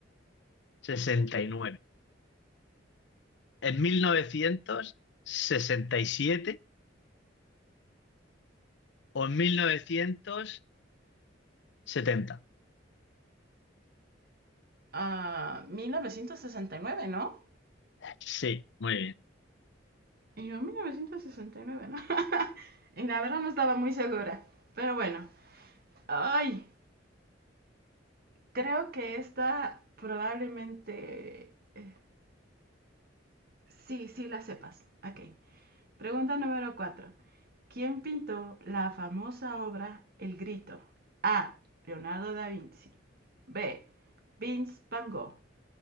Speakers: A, on the left; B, on the right.
A: sesenta y nueve, en 1967 o en mil novecientos setenta?
B: a 1969, ¿no?
A: Sí, muy bien.
B: Y yo, 1969, ¿no? <laughs> y la verdad no estaba muy segura. Pero bueno, ay, creo que esta probablemente... eh, sí, sí la sepas. Ok. Pregunta número 4. ¿Quién pintó la famosa obra El Grito? A. Leonardo da Vinci. B. Vince Van Gogh.